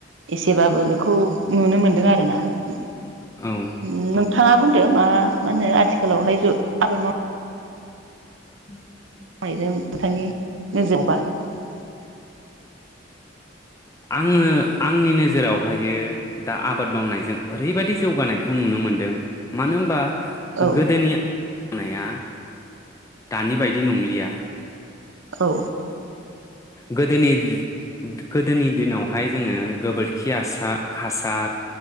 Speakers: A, on the right; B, on the left.
A: एसेबाबो बेखौ नुनो मोनदों आरोना। <inaudible>
B: औ
A: <inaudible> नोंथाङा बुंदो मा मा होनो आथिखालावहाय ज आबाद माव
B: <inaudible>
A: <inaudible>
B: आङो आंनि नोजोरावहायो दा आबाद मावनायजों ओरैबायदि जौगानायखौ नुनो मोनदों मानो होनबा।
A: औ
B: गोदोनिया। मावनाया दानि बायदि नंलिया।
A: औ।
B: गोदोनि गोदोनि दिनावहाय जोङो गोबोरखि हासार हासार